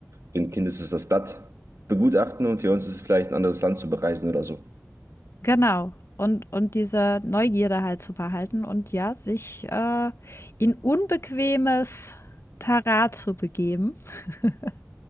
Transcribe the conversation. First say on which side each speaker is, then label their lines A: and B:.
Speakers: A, on the right (about 65°); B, on the left (about 55°).
A: Für ein Kind ist es das Blatt begutachten und für uns ist es vielleicht ein anderes Land zu bereisen oder so.
B: Genau. Und und diese Neugierde halt zu behalten und ja, sich, äh, in unbequemes Terrain zu begeben. <laughs>